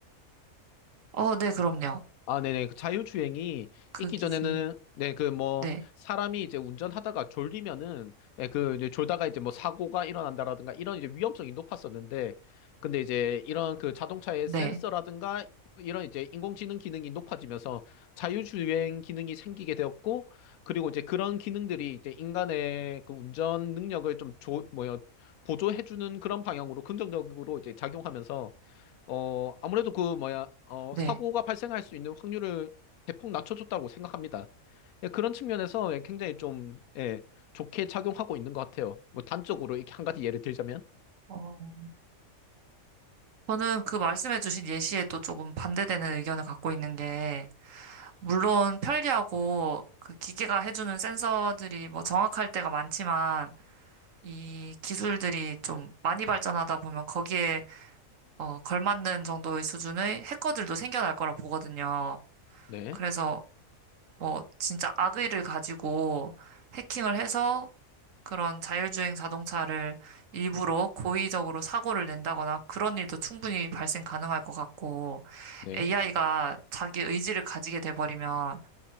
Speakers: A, on the right; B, on the left.
A: 어, 네, 그럼요.
B: 아, 네네. 그 자율주행이
A: 그
B: 있기
A: 기술.
B: 전에는, 네, 그 뭐,
A: 네,
B: 사람이 이제 운전하다가 졸리면은, 네, 그 이제 졸다가 이제 뭐 사고가 일어난다라든가 이런 이제 위험성이 높았었는데, 근데 이제 이런 그 자동차의
A: 네,
B: 센서라든가 이런 이제 인공지능 기능이 높아지면서 자율주행 기능이 생기게 되었고, 그리고 이제 그런 기능들이 이제 인간의 그 운전 능력을 좀 조, 뭐야, 보조해주는 그런 방향으로 긍정적으로 이제 작용하면서 어, 아무래도 그 뭐야, 어,
A: 네.
B: 사고가 발생할 수 있는 확률을 대폭 낮춰줬다고 생각합니다. 예, 그런 측면에서 예, 굉장히 좀, 예, 좋게 작용하고 있는 것 같아요. 뭐 단적으로 이렇게 한 가지 예를 들자면,
A: 어, 저는 그 말씀해주신 예시에 또 조금 반대되는 의견을 갖고 있는 게, 물론 편리하고 그 기계가 해주는 센서들이 뭐 정확할 때가 많지만, 이 기술들이 좀 많이 발전하다 보면 거기에 어, 걸맞는 정도의 수준의 해커들도 생겨날 거라 보거든요.
B: 네,
A: 그래서 뭐 진짜 악의를 가지고 해킹을 해서 그런 자율주행 자동차를 일부러 고의적으로 사고를 낸다거나 그런 일도 충분히 발생 가능할 것 같고
B: 네,
A: AI가 자기 의지를 가지게 돼버리면